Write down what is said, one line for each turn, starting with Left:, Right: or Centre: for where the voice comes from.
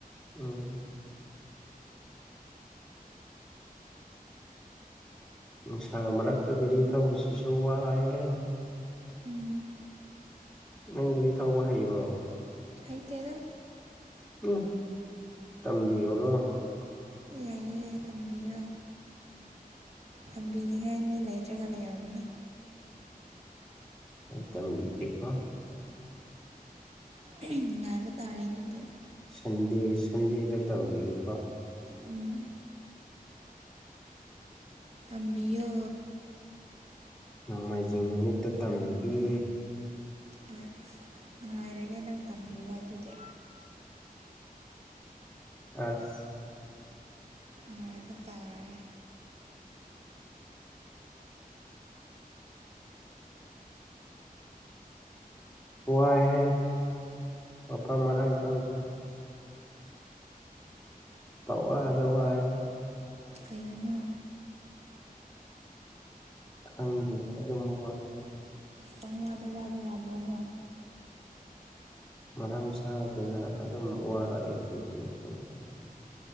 Centre: ꯎꯝ ꯅꯨꯡꯁꯥ ꯃꯔꯛꯇ ꯒꯥꯔꯤ ꯊꯧꯕꯁꯤꯁꯨ ꯋꯥꯏꯍꯦ
Right: ꯎꯝ
Centre: ꯅꯪꯕꯨꯗꯤ ꯊꯧꯕ ꯍꯩꯕꯣ
Right: ꯑꯥꯏꯇꯩꯗꯣ
Centre: ꯎꯝ ꯇꯝꯕꯣꯔꯕ
Right: ꯌꯥꯏꯑꯌꯦ ꯇꯝꯕꯤꯨ ꯇꯝꯕꯤꯅꯤꯉꯥꯏ ꯃꯤ ꯂꯩꯗ꯭ꯔꯒ ꯂꯩꯔꯕꯅ
Centre: ꯗꯝꯝ ꯄꯦꯄ
Right: ꯎꯝ ꯉꯥꯏꯕ ꯇꯥꯔꯦ ꯑꯗꯨꯗꯤ
Centre: ꯁꯟꯗꯦ ꯁꯟꯗꯦꯗ ꯇꯝꯕꯤꯌꯦꯀꯣ
Right: ꯎꯝ ꯇꯕꯤꯣ
Centre: ꯅꯣꯡꯃꯩꯖꯤꯡ ꯅꯨꯃꯤꯠꯇ ꯇꯝꯂꯤꯒꯦ
Right: ꯍꯣꯏ ꯅꯨꯡꯉꯥꯏꯔꯒꯦ ꯅꯪ ꯇꯝꯕꯤꯕ ꯑꯗꯨꯗꯤ
Centre: ꯑꯁ
Right: ꯃꯥꯏꯕꯇꯥꯔꯦ
Centre: ꯋꯥꯑꯦ ꯄꯄꯥꯥ ꯃꯔꯔꯥꯡ ꯀꯗꯦ ꯄꯋꯥꯗꯋꯥꯁꯦ
Right: ꯀꯩꯒꯤꯅꯣ
Centre: ꯍꯪ ꯑꯗꯨꯗꯃ
Right: ꯀꯧꯋꯥꯏ ꯧꯋꯥꯕꯤ ꯌꯥꯕꯣꯏꯅ
Centre: ꯃꯔꯝ ꯆꯥꯗꯨꯅ ꯑꯗꯨꯝ ꯋꯥꯔꯛꯑꯦ ꯀꯩꯒꯤꯅꯣ ꯈꯐꯝꯗꯣ